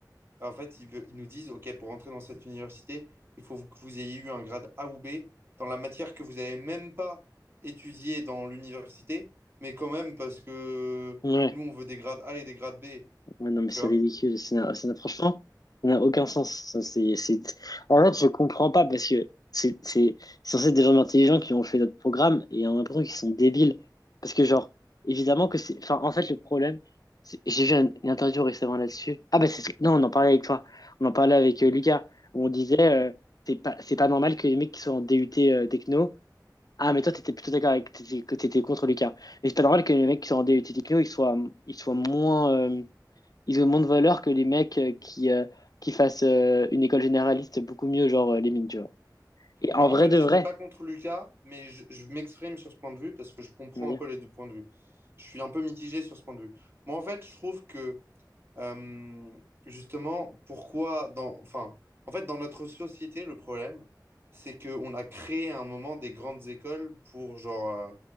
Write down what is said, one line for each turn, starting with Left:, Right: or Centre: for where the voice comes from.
Right: En fait, ils, veulent- ils nous disent, OK, pour entrer dans cette université, il faut que vous ayez eu un grade A ou B dans la matière que vous n'avez même pas étudiée dans l'université, mais quand même, parce que
Left: Ouais.
Right: nous, on veut des grades A et des grades B,
Left: Ouais, non, mais
Right: tu
Left: c'est
Right: vois.
Left: ridicule. Ça n'a, ça n'a- franchement, ça n'a aucun sens. Ça, c'est, c'est... En fait, je comprends pas parce que c'est c'est c'est censé être des gens intelligents qui ont fait notre programme et on a l'impression qu'ils sont débiles. Parce que, genre, évidemment que c'est. Enfin, en fait, le problème, c'est- j'ai vu un- une interview récemment là-dessus. Ah, bah, c'est... non, on en parlait avec toi. On en parlait avec euh, Lucas, où on disait euh, c'est pas, c'est pas normal que les mecs qui sont en DUT euh, techno. Ah, mais toi, t'étais plutôt d'accord avec. t'étais- que t'étais contre Lucas. Mais c'est pas normal que les mecs qui sont en DUT techno, ils soient, ils soient moins. euh, ils ont moins de valeur que les mecs euh, qui, euh, qui fassent euh, une école généraliste beaucoup mieux, genre euh, les mines, tu vois. Et en
Right: Non, en
Left: vrai
Right: fait,
Left: de
Right: j'étais
Left: vrai,
Right: pas contre Lucas, mais je, je m'exprime sur ce point de vue parce que je comprends
Left: on va dire.
Right: un peu les deux points de vue. Je suis un peu mitigé sur ce point de vue. Moi, en fait, je trouve que euh, justement, pourquoi dans, enfin, en fait, dans notre société, le problème, c'est qu'on a créé à un moment des grandes écoles pour genre euh,